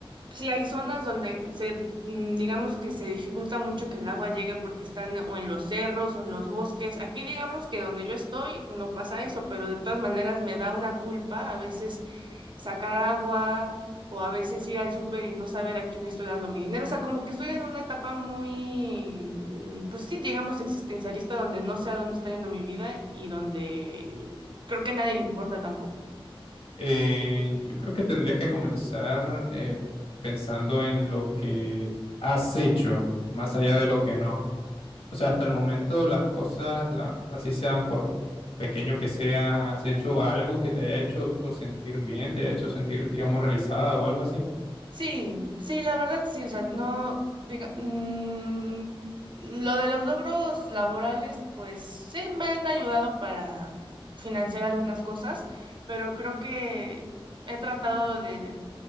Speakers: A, on the right; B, on the left.
A: sí hay zonas donde se, mm, digamos que se dificulta mucho que el agua llegue porque están o en los cerros o en los bosques. Aquí digamos que donde yo estoy no pasa eso, pero de todas maneras me da una culpa a veces sacar agua o a veces ir al súper y no saber a quién le estoy dando mi dinero. O sea, como que estoy en una etapa muy, mm, pues sí, digamos existencialista donde no sé a dónde está yendo mi vida y donde creo que a nadie le importa tampoco.
B: Eh, yo creo que tendrías que comenzar eh, pensando en lo que has hecho, más allá de lo que no. O sea, hasta el momento las cosas, la, así sea por pequeño que sea, has hecho algo que te haya hecho sentir bien, te haya hecho sentir, digamos, realizada o algo así.
A: Sí, sí, la verdad sí, o sea, no, diga, mm, lo de los logros laborales, pues sí me han ayudado para financiar algunas cosas, pero creo que he tratado de